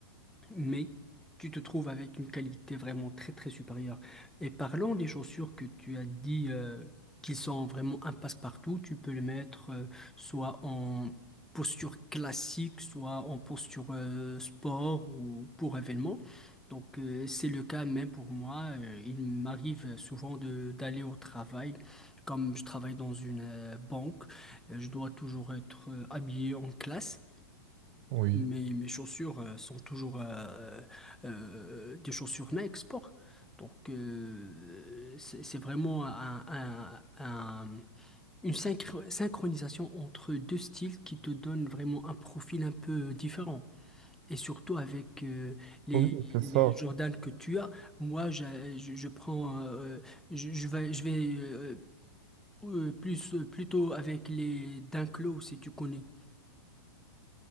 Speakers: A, in the centre; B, on the right.
A: mais tu te trouves avec une qualité vraiment très très supérieure. Et parlant des chaussures que tu as dit euh, qui sont vraiment un passe-partout, tu peux les mettre euh, soit en posture classique, soit en posture euh, sport ou pour événement. Donc euh, c'est le cas même pour moi. Euh, il m'arrive souvent de d'aller au travail. Comme je travaille dans une euh, banque, euh, je dois toujours être euh, habillé en classe.
B: oui.
A: Mes, mes chaussures euh, sont toujours euh, euh, des chaussures Nike Sport. Donc, euh, c'est c'est vraiment un- un- un- une synchro- synchronisation entre deux styles qui te donne vraiment un profil un peu différent. Et surtout avec euh, les,
B: Oui,
A: les
B: c'est ça.
A: Jordan que tu as, moi, j'a- je, je prends, euh, je, je vais, je vais euh, euh, plus, plutôt avec les Dunk Low, si tu connais.